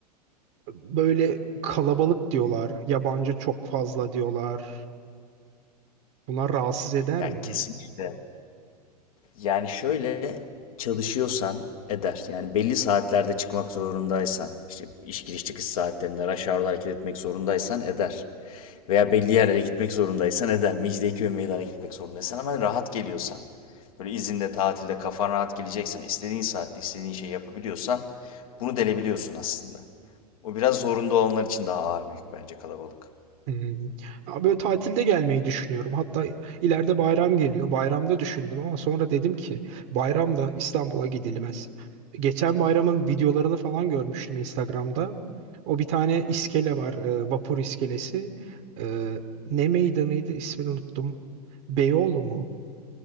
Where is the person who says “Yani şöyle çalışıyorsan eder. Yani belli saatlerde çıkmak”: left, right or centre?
Left